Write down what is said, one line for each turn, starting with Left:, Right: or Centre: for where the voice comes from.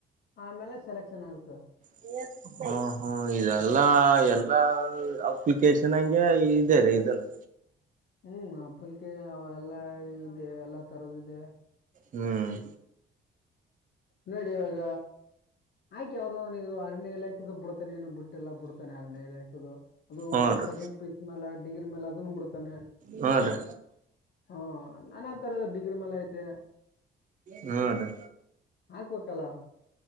Left: ಆಮೇಲೆ ಸೆಲೆಕ್ಷನ್ ಆಗುತ್ತೆ
Right: ಹ್ಮ ಹಾ ಹಾ ಇದೆಲ್ಲಾ ಎಲ್ಲಾ ಅಪ್ಲಿಕೇಶನ್ಗೆ ಇದೇ ರ ಇದನ್ನು
Left: ಹ್ಮ್ ಹಪ್ಪಲಿಕೆ ಎಲ್ಲಾ ಇದೆ ಎಲ್ಲಾ ತರದ ಇದೆ
Right: ಹ್ಮ್
Left: ನೋಡಿ ಇವಾಗ ಆಯ್ಕ ಯಾವ್ದಾವಾನ ಇದು ಅರಣ್ಯಲ್ಲ ಬಿಡಡ್ತಾನ ಏನ ಬಿಟ್ಟೆಲ್ಲ ಬಿಡ್ತ ಅೇಾ ಅದು
Right: ಹೂನ್ ರೀ
Left: ಸೆಕೆಂಡ್ ಪೀಸ್ ಮ್ಯಾಲ ಡಿಗ್ರಿ ಮೇಾಲ ಅದು ಬಿಡ್ತಾನೆ
Right: ಹುಂಡ್ರಿ.
Left: ಹು ನಾನಾ ತರದ ಡಿಗ್ರಿ ಮೇಲೆ ಐತೆ.
Right: ಹಾ ಅದೇ.
Left: ಹಾಕ್ಬೇಕಲ್ಲ.